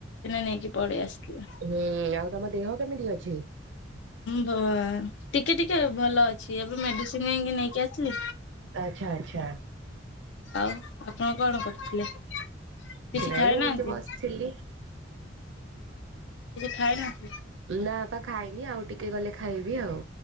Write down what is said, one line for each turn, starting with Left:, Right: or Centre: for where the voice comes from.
Left: ନେଇକି ପଳେଇ ଆସିଥିଲା।
Right: ହୁଁ ଆଉ ତମ ଦେହ କେମିତି ଅ
Left: ବା ଟିକେ ଟିକେ। ଭଲ ଅଛି ଏବେ ମେଡିସିନ ଯାଇଁକି ନେଇକି ଆସିଲି।
Right: ଆଚ୍ଛା ଆଚ୍ଛା
Left: ଆଉ ଆପଣ କଣ କରୁଥିଲେ କିଛି
Right: ନାହିଁ
Left: ଖାଇ
Right: ଏମିତି
Left: ନାହାନ୍ତି।
Right: ବସିଥିଲି।
Left: ଖାଇନାହାନ୍ତି?
Right: ନା ପା ଖାଇନି ଆଉ ଟି କେ ଗଲେ ଖାଇବି ଆଉ